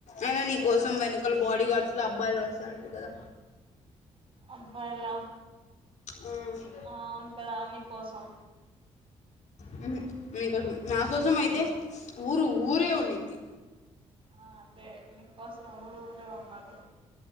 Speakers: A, on the left; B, on the right.
A: అయినా నీ కోసం వెనకాల బాడీ గార్డ్స్ లో అబ్బాయిలు వస్తారంట కదా
B: అబ్బాయిలా
A: ఆ
B: అవును కదా నీ కోసం
A: ఉహూ నీకోసం నా కోసం అయితే ఊరు ఊరే ఉన్నింది
B: ఆ అదే నీకోసం ఊరు ఊరే ఉన్నారు